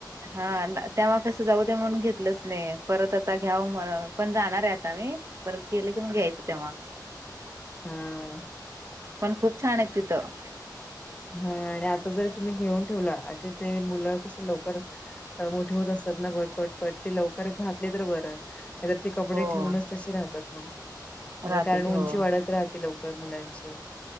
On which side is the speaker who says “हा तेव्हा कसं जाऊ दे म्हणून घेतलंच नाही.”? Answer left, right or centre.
Right